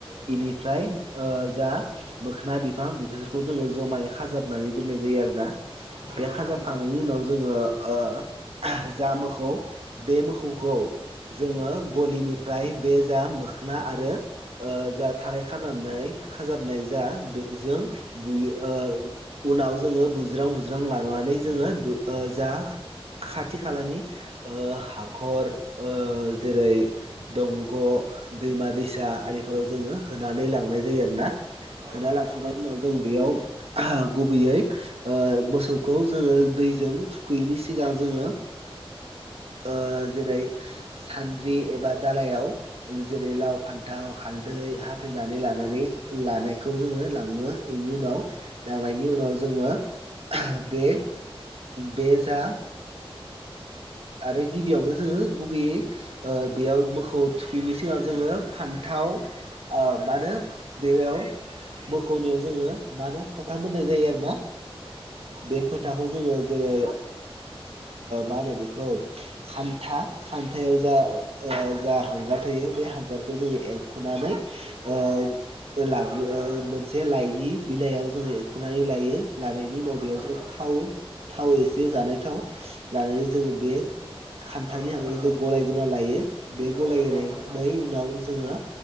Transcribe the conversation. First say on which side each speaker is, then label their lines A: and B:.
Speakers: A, on the right (about 75°); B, on the right (about 50°).
A: बेनिफ्राय ओ जा मोखना बिफां बेफोरखौ जोङो जमायै खाजाबनानै दोननाय जायो आरोना
B: नंगौ
A: बे
B: नोंथां
A: खाजाबखांनायनि
B: नंगौ
A: उनाव जोङो ओ जा मोखौ बे मोखौखौ जोङो गलिनिफ्राय बे जा मोखोना आरो ओ जा थाराय खानानै खाजाबनाय जा बेजों बुयो ओ उनाव जोङो बुज्रां बुज्रां लानानै जोङो द जा। खाथि खालानि हाखर जेरै दंग' दैमा दैसा आरिफोर फोराव जोङो होनानै लांनाय जायो आरोना होनानै
B: नोंथां
A: लांखांनायनि
B: नंगौ
A: उनाव उम बेयाव गुबैयै मोसौखौ जोङो दैजों थुखैयैनि सिगां जोङो ओ जेरै सान्द्रि एबा दालायाव जेरै लाव फान्थाव हालदै हा फैनानै लानानै लानायखौ जोङो लाङो बेनि उनाव लांनायनि उनाव जोङो बे बे जा आरो गिबियावनो जोङो गुबैयै बेयाव मोसौ थुखैनि सिगां जोङो फान्थाव
B: हा
A: ओ मानो बेयाव मोखौनायाव जोङो मा होन फथाम मोननाय जायो आरोना बे फोथ थाखौ जोङो जेरै मा होनो बेखौ खान्था खान्थायाव जा जा हांगार थायो बे हांगारखौ जोङो एरख'नानै ओ लाङो
B: नंगौ नोंथां नंगौ
A: मोनसे लाइनि बिलाइयाव जोङो सुनानै लायो लानायनि
B: औ नंगौ नोंथां नंगौ औ नंगौ नोंथां नंगौ औ
A: उनाव
B: नोंथां
A: बेयाव
B: नंगौ
A: जों थाव थाव एसे जानाय थाव लानानै जोङो बे खान्थानि
B: औ नोंथां नंगौ औ नोंथां
A: होखौ
B: नंगौ
A: जों गलायग्रोना लायो बे
B: औ
A: गलायग्रोनाय
B: नंगौ नोंथां नंगौ
A: उनाव जोङो